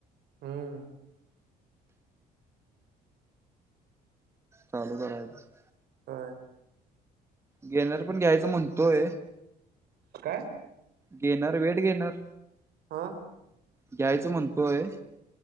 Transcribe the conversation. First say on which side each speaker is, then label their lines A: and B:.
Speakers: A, on the right; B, on the right.
A: हम.
B: चालू करायचं.
A: ह.
B: घेणार पण घ्यायचं म्हणतोय.
A: काय?
B: घेणार वेळ घेणार
A: हा.
B: घ्यायचं म्हणतोय,